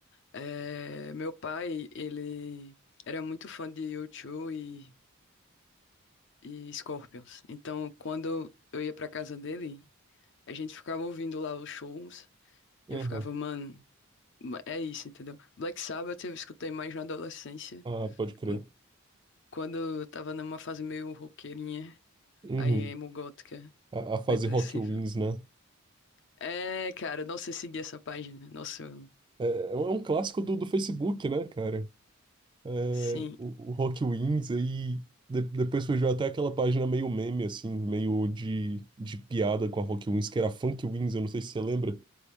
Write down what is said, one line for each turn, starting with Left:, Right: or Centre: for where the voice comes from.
Left: É, meu pai, ele era muito fã de U2 e, e Scorpions. Então, quando eu ia pra casa dele, a gente ficava ouvindo lá os shows e
Right: Aham.
Left: eu ficava, mano, ma- é isso, entendeu? Black Sabbath eu escutei mais na adolescência,
Right: Ah, pode crer.
Left: quan- quando, eu tava numa fase meio roqueirinha,
Right: Uhum.
Left: aí emo gótica,
Right: A, a fase
Left: depressiva.
Right: Rock Wins, né?
Left: É, cara, nossa, eu segui essa página. Nossa, eu-
Right: É, é um é um clássico do, do Facebook, né, cara? É,
Left: sim.
Right: o, o Rock Wins aí. de- depois surgiu até aquela página meio meme, assim, meio de, de piada com a Rock Wins, que era Funk Wins, eu não sei se você lembra.